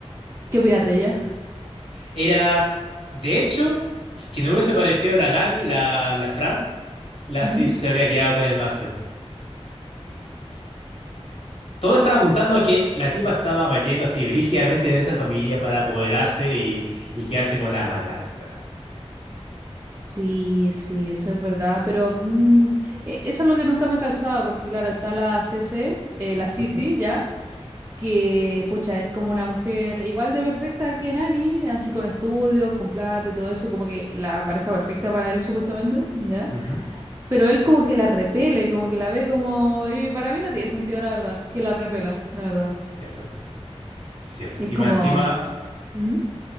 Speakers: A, on the right; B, on the left.
A: ¿Qué opinas de ella?
B: Era, de hecho, que no hubiese parecido la Nani, la, la Fran, la
A: Ujú.
B: Sisi se habría quedado con el Maxwell. todo estaba apuntando a que la tipa estaba metiendo así brígidamente en esa familia para apoderarse y, y quedarse como la madrastra.
A: Sí, sí, eso es verdad, pero mm, e- eso es lo que nunca me calzaba, porque claro, está la C C, eh, la Sisi
B: Ujú,
A: ya, que pucha, es como una mujer igual de perfecta que Nani, así con estudio, con plata y todo eso, como que la pareja perfecta para él supuestamente, ¿ya?
B: ujú.
A: Pero él como que la repele, como que la ve como... Y para mí no tiene sentido, la verdad, que la repela, la verdad.
B: Cierto, cierto.
A: Y es
B: Y
A: como...
B: más encima,
A: ¿Mm?